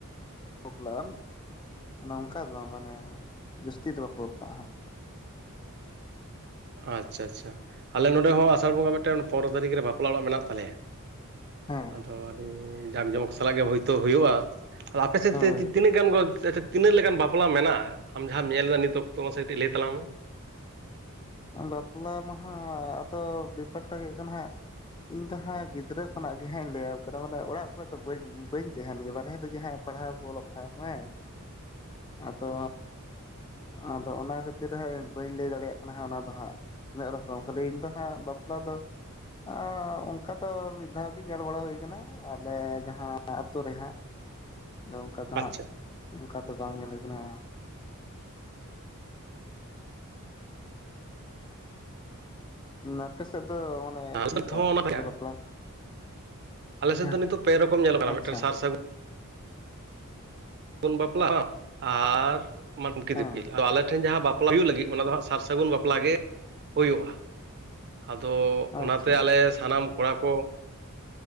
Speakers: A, on the left; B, on the right.
A: ᱵᱟᱯᱞᱟ-ᱟ ᱱᱚᱝᱠᱟ ᱫᱚ ᱵᱟᱝ ᱢᱟᱱᱮ ᱡᱟᱹᱥᱛᱤ ᱫᱚ ᱵᱟᱠᱚ ᱵᱟᱯᱞᱟᱜ-ᱟ ᱦᱟᱸᱜ
B: ᱟᱪᱪᱷᱟ ᱟᱪᱪᱷᱟ ᱟᱞᱮ ᱱᱚᱸᱰᱮ ᱦᱚᱸ ᱟᱥᱟᱲ ᱵᱚᱸᱜᱟ ᱢᱤᱫᱴᱮᱱ ᱯᱚᱱᱨᱚ ᱛᱟᱹᱨᱤᱠᱷ ᱨᱮ ᱵᱟᱯᱞᱟ ᱚᱲᱟᱜ ᱢᱮᱱᱟᱜ ᱛᱟᱞᱮᱭᱟ᱾
A: ᱦᱟᱸᱜ
B: ᱟᱫᱚ
A: ᱦᱮᱸ
B: ᱟᱹᱰᱤ ᱡᱟᱠ ᱡᱚᱢᱚᱠ ᱥᱟᱞᱟᱜ ᱜᱮ ᱦᱳᱭᱛᱳ ᱦᱩᱭᱩᱜ-ᱟ᱾ ᱟᱫᱚ ᱟᱯᱮ ᱥᱮᱫ
A: ᱦᱳᱭ
B: ᱛᱮᱼᱛᱮ ᱛᱤᱱᱟᱹᱜ ᱜᱟᱱ ᱜᱳ ᱟᱪᱪᱷᱟ ᱛᱤᱱᱟᱹᱜ ᱞᱮᱠᱟᱱ ᱵᱟᱯᱞᱟ ᱢᱮᱱᱟᱜ-ᱟ᱾ ᱟᱢ ᱡᱟᱦᱟᱹᱢ ᱧᱮᱞ ᱮᱫᱟ ᱱᱤᱛ ᱚᱠᱛᱚ ᱢᱟᱥᱮ ᱠᱟᱴᱤᱡ ᱞᱟᱹᱭ ᱛᱟᱞᱟᱝ ᱢᱮ᱾
A: ᱵᱟᱯᱞᱟ ᱢᱟᱦᱟᱸ ᱟᱫᱚ ᱵᱮᱯᱟᱨᱴᱟ ᱦᱩᱭᱩᱜ ᱠᱟᱱᱟ ᱦᱟᱸᱜ ᱤᱧ ᱫᱚ ᱦᱟᱸᱜ ᱜᱤᱫᱽᱨᱟᱹ ᱠᱷᱚᱱᱟᱜ ᱜᱮ ᱦᱟᱸᱜ ᱞᱟᱹᱭᱟᱢ ᱠᱟᱱᱟ ᱢᱟᱱᱮ ᱚᱲᱟᱜ ᱠᱚᱨᱮ ᱫᱚ ᱵᱟᱹᱧᱼᱵᱟᱹᱧ ᱛᱟᱦᱮᱱ ᱜᱮ ᱵᱟᱦᱨᱮ ᱨᱮᱜᱮ ᱦᱟᱸᱜ ᱯᱟᱲᱦᱟᱣ ᱠᱚ ᱚᱞᱚᱜ ᱯᱟᱲᱦᱟᱣ ᱠᱚ ᱦᱮᱸ
B: <inaudible>
A: ᱟᱫᱚ ᱟᱫᱚ ᱚᱱᱟ ᱠᱷᱟᱹᱛᱤᱨ ᱦᱟᱸᱜ ᱵᱟᱹᱧ ᱞᱟᱹᱭ ᱫᱟᱲᱮᱭᱟᱜ ᱠᱟᱱᱟ ᱦᱟᱸᱜ ᱚᱱᱟ ᱦᱟᱸᱜ ᱛᱤᱱᱟᱹᱜ ᱨᱚᱠᱚᱢ ᱠᱷᱟᱹᱞᱤ ᱤᱧ ᱫᱚ ᱦᱟᱸᱜ ᱵᱟᱯᱞᱟ ᱫᱚ ᱟ ᱚᱱᱠᱟ ᱫᱚ ᱢᱤᱫ ᱫᱷᱟᱣ ᱜᱮ ᱧᱮᱞ ᱵᱟᱲᱟ ᱦᱩᱭ ᱠᱟᱱᱟ ᱟᱞᱮ ᱡᱟᱦᱟᱸ ᱟᱛᱩ ᱨᱮ ᱦᱟᱸᱜ
B: <inaudible>
A: ᱟᱫᱚ ᱚᱱᱠᱟ ᱫᱚ
B: ᱟᱪᱪᱷᱟ
A: ᱦᱟᱸᱜ ᱚᱱᱠᱟ ᱫᱚ ᱵᱟᱝ ᱧᱮᱞ ᱦᱩᱭ ᱠᱟᱱᱟ ᱟᱯᱮ ᱥᱮᱫ ᱫᱚ ᱢᱟᱱᱮ
B: ᱟᱞᱮ
A: ᱪᱮᱫ
B: ᱥᱮᱫ
A: ᱞᱮᱠᱟ
B: ᱦᱚᱸ ᱚᱱᱟ
A: ᱵᱟᱯᱞᱟ
B: ᱟᱞᱮ ᱥᱮᱫ
A: ᱦᱮᱸ
B: ᱫᱚ ᱱᱤᱛᱚᱜ ᱯᱮ ᱨᱚᱠᱚᱢ ᱧᱮᱞᱚᱜ ᱠᱟᱱᱟ
A: ᱟᱪᱪᱷᱟ
B: ᱢᱤᱫᱴᱮᱱ ᱥᱟᱨ ᱥᱟᱹᱜᱩᱱ ᱜᱩᱱ ᱵᱟᱯᱞᱟᱜᱼᱟ ᱟᱨ ᱢᱟᱱᱠᱤ
A: ᱦᱮᱸ
B: ᱫᱤᱯᱤᱞ ᱟᱞᱮ ᱴᱷᱮᱱ ᱡᱟᱦᱟᱸ ᱵᱟᱯᱞᱟ ᱵᱟᱯᱞᱟ ᱦᱩᱭᱩᱜ ᱞᱟᱹᱜᱤᱫ ᱚᱱᱟ ᱫᱚ ᱦᱟᱸᱜ ᱥᱟᱨ ᱥᱟᱹᱜᱩᱱ ᱵᱟᱯᱞᱟ ᱜᱮ ᱦᱩᱭᱩᱜ-ᱟ᱾ ᱟᱫᱚ
A: ᱟᱪᱪᱷᱟ
B: ᱚᱱᱟᱛᱮ
A: ᱟᱪᱪᱷᱟ
B: ᱟᱞᱮ ᱥᱟᱱᱟᱢ ᱠᱚᱲᱟ ᱠᱚ